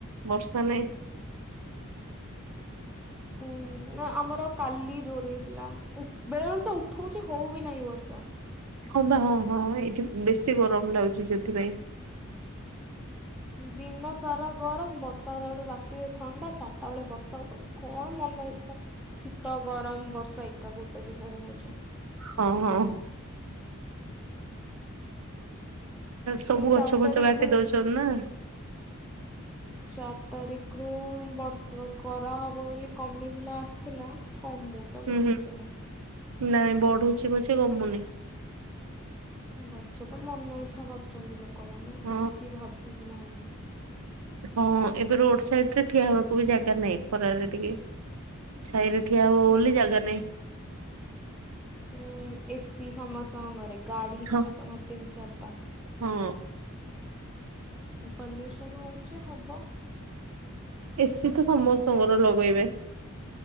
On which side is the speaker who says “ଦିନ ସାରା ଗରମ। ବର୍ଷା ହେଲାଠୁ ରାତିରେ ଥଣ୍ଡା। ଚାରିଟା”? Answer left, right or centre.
Centre